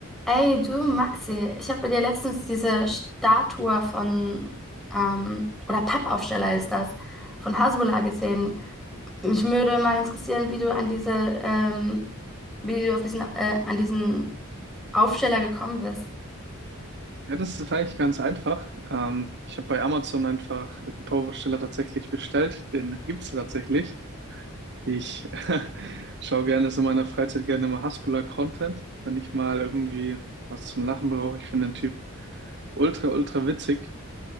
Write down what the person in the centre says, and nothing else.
Ey, du Maxi, ich habe bei dir letztens diese Statue von, ähm, oder Pappaufsteller ist das, von Hasbulla gesehen. Mich würde mal interessieren, wie du an diese, ähm, wie du auf diesen, äh, an diesen Aufsteller gekommen bist.